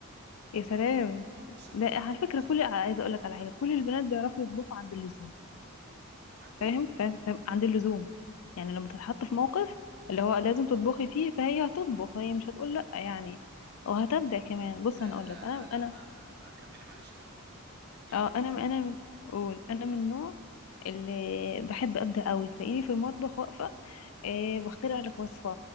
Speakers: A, on the left; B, on the right.
A: يا سلام
B: اقسم بالله
A: ده على
B: انا ما
A: فكرة
B: بهزر
A: كل عايزة اقول لك على حاجة كل البنات بيعرفوا يطبخوا عند اللزوم
B: عندي
A: فاهم
B: ايه
A: فاهم فاهم عند اللزوم يعني لما تتحط في موقف اللي هو لازم تطبخي فيه فهي هتطبخ هي مش هتقول لا يعني وهتبدع كمان بص
B: لا
A: انا اقول
B: لا
A: لك انا
B: لا لا
A: انا
B: انا انا كملي معلش كملي كملي احكي لك
A: اه
B: انا
A: انا
B: قصدي
A: انا اقول انا من النوع اللي بحب ابدع قوي تلاقيني في المطبخ واقفة آه واخترع لك وصفة